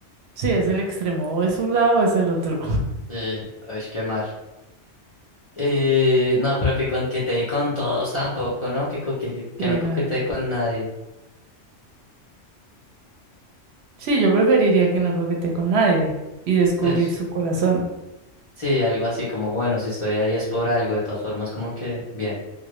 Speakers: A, on the right; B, on the left.
A: Sí, es el extremo, o es un lado o es el otro.
B: Sí, es que mal. Eh, no, pero que coquetee con todos tampoco, ¿no? Que, coque- que
A: Sí,
B: no coquetee
A: nada.
B: con nadie.
A: Sí, yo preferiría que no coquetee con nadie y descubrir
B: Entonces,
A: su corazón.
B: sí, algo así como, bueno, si estoy ahí es por algo, de todas formas, como que bien.